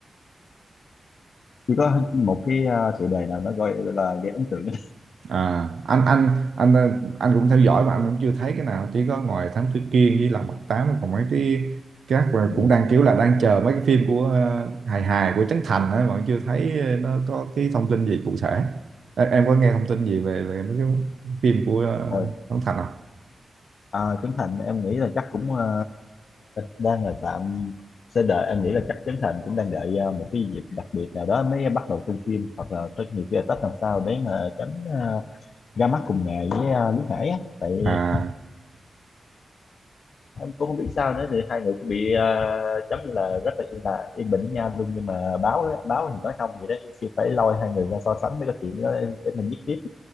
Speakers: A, on the left (about 65°); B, on the right (about 75°).
A: chỉ có một cái à, chủ đề nào nó gọi là gây ấn tượng <laughs>
B: À, anh anh anh ờ, anh cũng theo dõi mà anh cũng chưa thấy cái nào chỉ có ngoài Thám Tử Kiên với Lòng Mặt Tám còn mấy cái các và
A: yeah.
B: cũng đang kiểu là đang chờ mấy cái phim của ờ, hài hài của Trấn Thành ấy, mà chưa thấy ờ, nó có cái thông tin gì cụ thể em, em có nghe thông tin gì về về mấy cái phim của
A: rồi
B: ờ, Trấn Thành không
A: à, Trấn Thành em nghĩ là chắc cũng à, đang là tạm sẽ đợi em nghĩ là chắc Trấn Thành cũng đang đợi à, một cái dịp đặc biệt nào đó mới bắt đầu tung phim hoặc là tất nhiều khi là Tết làm sao để mà tránh à, ra mắt cùng ngày với à, Lý Hải á tại
B: à
A: em cũng không biết sao nữa thì hai người cũng bị à, giống như là rất là yên là yên bình với nhau luôn nhưng mà báo á- báo thì nói không vậy đó chứ phải lôi hai người ra so sánh mới có chuyện đó để mình viết tiếp